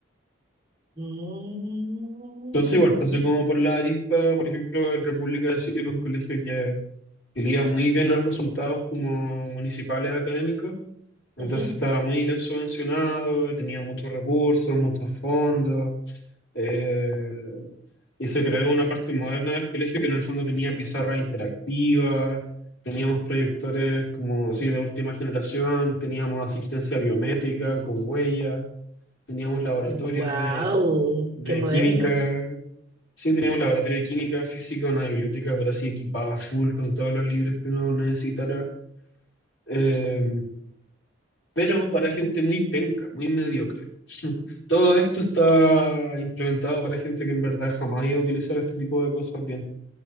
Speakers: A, on the right; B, on the left.
A: Mm.
B: Entonces igual pasé como por la arista, por ejemplo, el República de Siria era un colegio que Quería muy bien los resultados como municipales académicos, entonces
A: Ujú.
B: estaba muy bien subvencionado, y tenía muchos recursos, muchos fondos, eh, y se creó una parte moderna del colegio que en el fondo tenía pizarra interactiva, teníamos proyectores como así de última generación, teníamos asistencia biométrica con huella, teníamos laboratorios
A: Wow,
B: de de
A: qué moderno.
B: química. Sí, tenía un laboratorio de química, física, una biblioteca, pero así equipada full con todos los libros que uno necesitara. Eh, pero para gente muy penca, muy mediocre. <laughs> Todo esto está implementado para gente que en verdad jamás iba a utilizar este tipo de cosas bien.